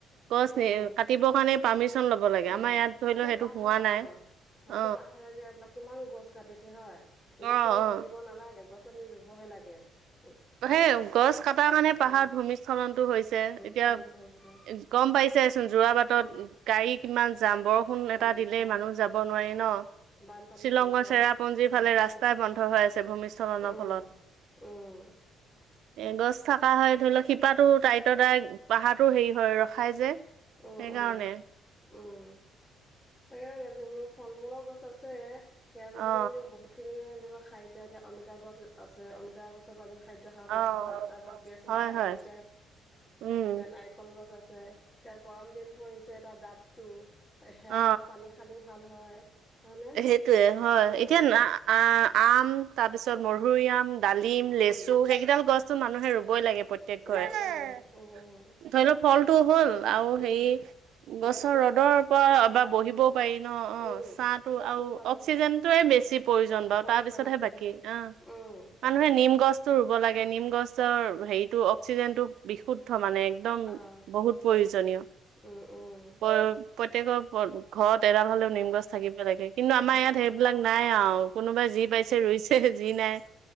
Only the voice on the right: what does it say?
গছ
নি কাটিবৰ কাৰণে পাৰ্মিশন ল'ব লাগে
আমাৰ ইয়াত ধৰি
লও সেইটো
হোৱা
নাই
অ
অ
অ
সেই গছ কটাৰ কাৰণে পাহাৰ
ভূমিস্খলনতটো হৈছে
এতিয়া
গম পাইছেচোন যোৰা বাটত
গাড়ী কিমান যাম বৰষুণ সোন
এটা দিলে
মানুহ যাব নোৱাৰি ন
শ্বিলঙৰ
চেৰাপঞ্জীৰ
ফালে ৰাস্তাই
বন্ধ হৈ আছে ভূমিসখলনৰ
ফলত
এ গছ থকা হয় ধৰি লওক শিপাো তটাইতৰ ত পাহাৰো হেৰি হয় ৰখাই যে
সেইকাৰণে
অ
অ হয় হয় উম
অ
সেইটোয়ে হয়
এতিয়া আ আম তাৰ পিছত
মৰি আম ডালিম
লেচু সেইকেইাল গছতো মানুহে ৰুবই লাগে প্ৰতেক
প্ৰক কৰে
ধৰি লও ফলটো হ'ল আৰু
হে গছৰ
ৰ'দৰ পৰা
বা বহিবও পাৰি ন অ
ছাট আৰু
অক্সিজেনতয়ে বেছি প্ৰয়োজন বাৰু
তাৰপিছতহে
বাকী অ
মানুহে নিম গছতটো ৰুব লাগে
নিম গছৰ
হেৰিতটো অক্সিজেনটো বিশুদ্ধ মানে একদম
বহুত প্ৰয়োজনীয়
প্ৰত্য়েকৰ ঘৰত এডাল হলেও
নিম গছ থাকিব লাগে কিন্তু আমাৰ
ইয়াত সেইবিলাক নাই অ কোনোবাই যি পাইছে ৰৰুইছে যি নাই